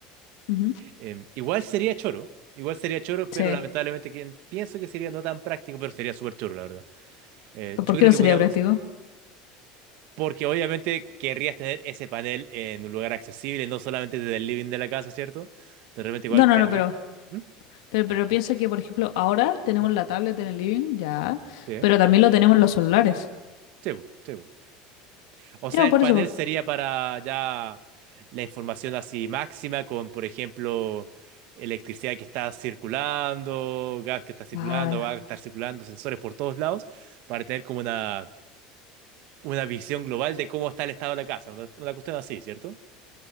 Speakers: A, on the left (about 80°); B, on the right (about 60°).
A: Ujú.
B: em, igual sería choro. Igual sería choro,
A: Sí.
B: pero lamentablemente quien- pienso que sería no tan práctico, pero sería súper choro, la verdad. Eh,
A: ¿Pero
B: yo
A: ¿Por qué
B: creo
A: no
B: que
A: sería
B: podríamos
A: práctico?
B: Porque obviamente querrías tener ese panel en un lugar accesible, no solamente desde el living de la casa, ¿cierto? De repente igual
A: No, no,
B: querrías...
A: no, pero
B: ¿Mm?
A: Pero, pero piensa que, por ejemplo, ahora tenemos
B: Ujú.
A: la tablet en el living, ya,
B: Sí,
A: pero también lo tenemos en los celulares.
B: sí, po, sí, po. O
A: Ya,
B: sea,
A: por
B: el panel
A: eso, po.
B: sería para ya la información así máxima con, por ejemplo, electricidad que está circulando, gas que está circulando,
A: Ah,
B: agua que está circulando, sensores por todos lados, para tener como una, una visión global de cómo está el estado de la casa, una, una cuestión así, ¿cierto?